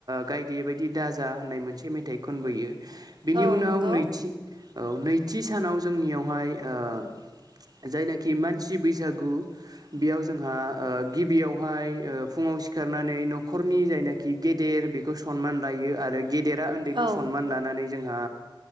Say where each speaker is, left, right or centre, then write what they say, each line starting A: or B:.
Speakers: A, on the right; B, on the right.
A: गायदे बायदि दाजा होननाय मोनसे मेथाइ मिथाइ खनबोयो बिनि
B: औ
A: उनाव
B: नंगौ
A: नैथि औ नैथि सानाव जोंनियावहाय ओ जायनाखि मानसि बैसागु बेयाव जोंहा गिबियावहाय फुङाव सिखारनानै न'खरनि जायनाखि गेदेर बेखौ सनमान लायो आरो गेदेरा उन्दैखौ
B: औ
A: सनमान लानानै जोंहा